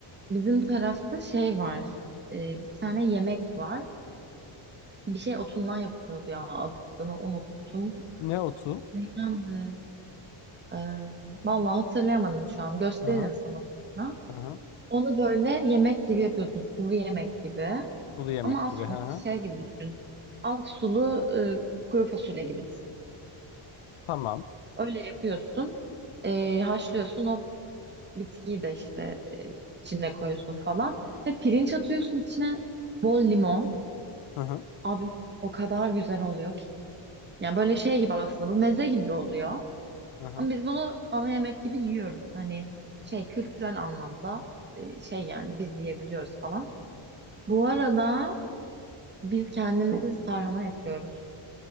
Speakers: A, on the right; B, on the left.
A: bizim tarafta şey var e, bir tane yemek var bir şey otundan yapılıyordu ya adını unuttum.
B: Ne otu?
A: Neydendi? Ee, vallahi hatırlayamadım şu an gösteririm
B: Hı hı,
A: sana sonra.
B: hı hı.
A: Onu böyle yemek gibi yapıyorsun sulu yemek gibi.
B: Sulu yemek
A: Ama Aslı
B: gibi. Hı hı.
A: şey gibi düşün. Aksulu e, kuru fasulye gibi düşün.
B: Tamam.
A: Öyle yapıyorsun. e, haşlıyorsun o bitkiyi de işte e, içine koyuyorsun falan. Ve pirinç atıyorsun içine bol limon.
B: Hı hı,
A: Abi o kadar güzel oluyor ki. Yani böyle şey gibi aslında bu meze gibi oluyor.
B: hı hı.
A: Ama biz bunu ana yemek gibi yiyoruz. Hani şey kültürel anlamda e, şey yani biz yiyebiliyoruz falan. Bu arada biz kendimiz tarhana yapıyoruz.